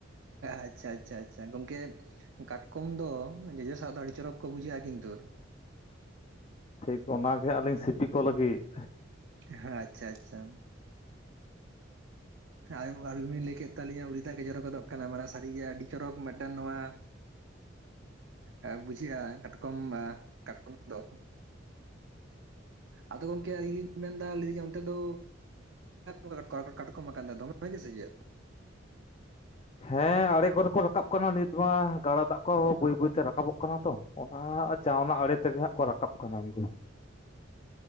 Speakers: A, on the right; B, on the left.
A: ᱟᱪᱪᱷᱟ ᱟᱪᱪᱷᱟ ᱟᱪᱪᱷᱟ ᱜᱚᱝᱠᱮ ᱠᱟᱴᱠᱚᱢ ᱫᱚ ᱡᱚᱡᱚ ᱥᱟᱶ ᱫᱚ ᱟᱹᱰᱤ ᱪᱚᱨᱚᱠ ᱠᱚ ᱵᱩᱡᱷᱟᱹᱜ-ᱟ ᱠᱤᱱᱛᱩᱨ
B: ᱴᱷᱤᱠ ᱚᱱᱟᱜᱮ ᱟᱹᱞᱤᱧ ᱥᱤᱯᱤ ᱠᱚ ᱞᱟᱹᱜᱤᱫ
A: ᱦᱮᱸ ᱟᱪᱪᱷᱟ ᱟᱪᱪᱷᱟ ᱟᱵᱤᱱ, ᱟᱵᱤᱱᱞᱟᱹᱭ ᱠᱮᱫ ᱛᱮ ᱟᱹᱞᱤᱧᱟᱜ ᱩᱞᱤᱫᱟᱜ ᱜᱮ ᱡᱚᱨᱚᱠ ᱜᱚᱫᱚᱜ ᱠᱟᱱᱟ ᱢᱟᱱᱮ ᱥᱟᱹᱨᱤᱜᱮ ᱟᱹᱰᱤ ᱪᱚᱨᱚᱠ ᱢᱤᱫᱴᱟᱝ ᱱᱚᱣᱟ ᱮᱸ ᱵᱩᱡᱷᱟᱹᱜ-ᱟ ᱠᱟᱴᱠᱚᱢ, ᱠᱟᱴᱠᱚᱢ ᱫᱚ ᱟᱫᱚ ᱜᱚᱝᱠᱮ ᱟᱞᱤᱧ ᱞᱤᱧ ᱢᱮᱱᱮᱫᱟ ᱞᱟᱹᱭᱫᱟᱹᱧ ᱚᱱᱛᱮ ᱫᱚ ᱚᱠᱟ ᱠᱚᱨᱮ ᱠᱚ ᱠᱟᱴᱠᱚᱢ ᱟᱠᱟᱱᱛᱮ ᱫᱚᱢᱮ ᱜᱮ ᱥᱮ ᱪᱮᱫ?
B: ᱦᱮᱸ ᱟᱲᱮ ᱠᱚᱨᱮ ᱠᱚ ᱨᱟᱠᱟᱵ ᱠᱟᱱᱟ ᱱᱤᱛ ᱢᱟ ᱜᱟᱰᱟ ᱫᱟᱜ ᱠᱚ ᱵᱟᱹᱭ ᱵᱟᱹᱭ ᱛᱮ ᱨᱟᱠᱟᱵᱚᱜ ᱠᱟᱱᱟ ᱛᱚ᱾ ᱚᱱᱟ ᱪᱟᱣᱱᱟᱜ ᱟᱲᱮ ᱛᱮᱜᱮ ᱦᱟᱸᱜ ᱠᱚ ᱨᱟᱠᱟᱵ ᱠᱟᱱᱟ ᱩᱱᱠᱩ